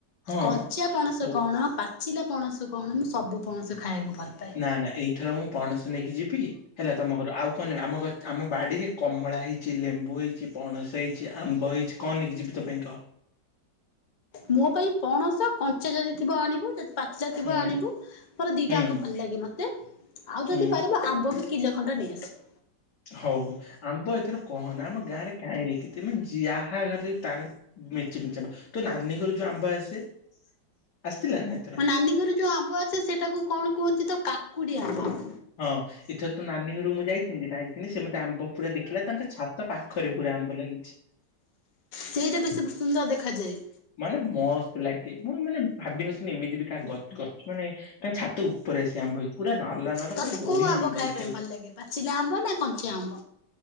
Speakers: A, on the left (about 65°); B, on the left (about 30°).
A: ହଁ
B: କଞ୍ଚା ପଣସ
A: ହଉ
B: କଣ ପା ପଚିଲା ପଣସ କଣ ମୁଁ ସବୁ ପଣସ ଖାଇବାକୁ ଭଲପାଏ।
A: ନା ନା ଏଇଥର ମୁଁ ପଣସ ନେଇକି ଯିବି। ହେଲା ତମ ଘରୁ ଆଉ କଣ ନେବେ ଆମ ଆମ ବାଡିରେ କମଳା ହେଇଛି ଲେମ୍ବୁ ହେଇଛି ପଣସ ହେଇଛି ଆମ୍ବ ହେଇଛି। କଣ ନେଇକି ଯିବି ତୋ ପାଇଁ କ।
B: ମୋ ପାଇଁ ପଣସ କଞ୍ଚା ଯଦି ଥିବ ଆଣିବୁ ଯଦି ପା ଟା ଥିବ
A: ହୁଁ
B: ଆଣିବୁ ମୋର ଦିଟାଙ୍କ
A: ହୁଁ
B: ଭଲ ଲାଗେ ମତେ ଆଉ
A: ହୁଁ
B: ଯଦି ପାରିବ ଆମ୍ବ ବି କିଲୋ ଖଣ୍ଡ ନେଇଆସିବୁ।
A: ହଉ ହଉ ଆମ୍ବ ଏଥର କହନା ଆମ ଗାଁରେ କାହିଁର କେତେ ମାନେ ଯାହା ଘରେ ଦେଖିବୁ ତା ମିଚି ମିଚି ଆମ୍ ତ ନାନୀ ଘର ଯୋଉ ଆମ୍ବ ଆସେ। ଆସିଥିଲା ନା ଏଥର?
B: ମ ନାନୀ ଘରୁ। ଯୋଉ ଆମ୍ବ ଆସେ ସେଟାକୁ କଣ କୁହନ୍ତି ତ କାକୁଡି ଆମ୍ୱ।
A: ହଁ। ଏଥର ତ ନାନୀ ଘରୁ ମୁଁ ଯାଇଥିଲି ନାଇଁଥିଲି ସେ ମତେ ଆମ୍ବ ପୁରା ଦେଖିଲା ତାଙ୍କ ଛାତ ପାଖରେ ପୁରା ଆମ୍ବ ଲାଗିଛି।
B: ସେଇଟା ବେଶୀ ସୁନ୍ଦର ଦେଖାଯାଏ।
A: ମାନେ ମସ୍ତ ଲାଗେ ମୁଁ ମାନେ ଭାବିନଥିଲି ଏମିତି ବି କାହା ଗ ଗଛ ମାନେ ତାଙ୍କ ଛା ତ ଉପରେ ଆସିକି ଆମ୍ବ ହେଇଛି, ପୁରା ନାଲା ନାଲା
B: ତତେ
A: ପୁରା ବଢିଆ
B: କୋଉ
A: ଆମ୍ବ
B: ଖାଇବା
A: ଦେଖିବାକୁ।
B: ପାଇଁ ଭଲ ଲାଗେ ପାଚିଲା ଆମ୍ବ ନା କଞ୍ଚା ଆମ୍ବ?